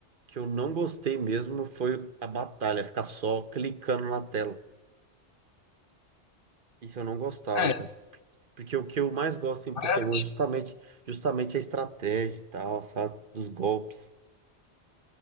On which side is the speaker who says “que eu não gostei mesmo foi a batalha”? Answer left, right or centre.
Right